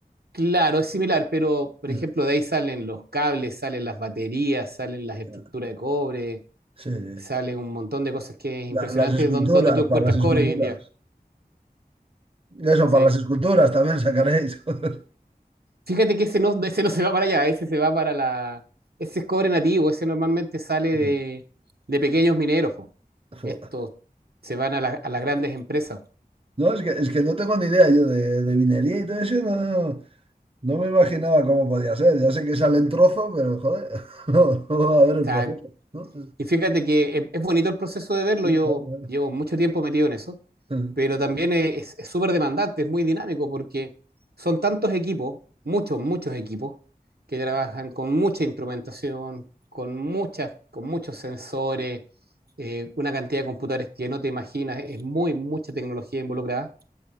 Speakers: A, on the right; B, on the right.
A: Claro, es similar, pero por
B: Ah,
A: ejemplo de ahí salen los cables, salen las baterías, salen las estructuras
B: claro.
A: de cobre
B: Sí, sí.
A: Sale un montón de cosas que es
B: La-
A: impresionante
B: las esculturas,
A: don- donde tú encuentras
B: para las esculturas.
A: cobre hoy en día.
B: Eso,
A: Sí.
B: para las esculturas también sacaréis. <laughs>
A: Fíjate que ese no, ese no se va para allá, ese se va para la... Ese es cobre nativo, ese normalmente sale de,
B: Sí.
A: de pequeños mineros. po.
B: Joder.
A: Estos se van a, la- a las grandes empresas. O
B: No, es que, es que no tengo ni idea yo de, de minería y todo eso, no, no, no No me imaginaba cómo podía ser. Ya sé que sale en trozo, pero joder, <laughs> no, no va a ver el
A: sea,
B: proceso, ¿no?
A: Y fíjate que es, es bonito el proceso de verlo,
B: Sí,
A: yo
B: claro, claro.
A: llevo mucho tiempo metido en eso,
B: Sí,
A: pero también es es súper demandante, es muy dinámico porque son tantos equipos, muchos, muchos equipos, que trabajan con mucha instrumentación, con, muchas, con muchos sensores, eh, una cantidad de computadores que no te imaginas, es muy, mucha tecnología involucrada